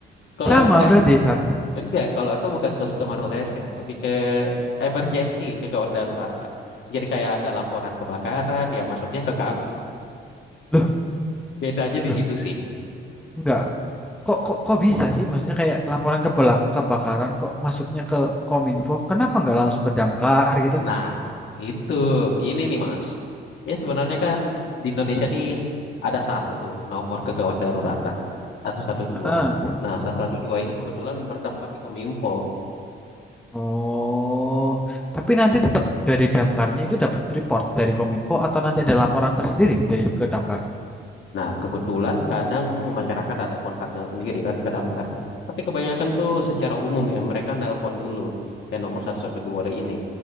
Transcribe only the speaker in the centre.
Sama
berarti, Far.
Loh,
loh,
enggak. kok kok kok bisa sih maksudnya kayak laporan kebala- kebakaran kok masuknya ke Kominfo kenapa nggak langsung ke Damkar gitu
Heeh.
oh tapi nanti tetap dari Damkarnya itu dapat report dari Kominfo atau nanti ada laporan tersendiri dari ke Damkar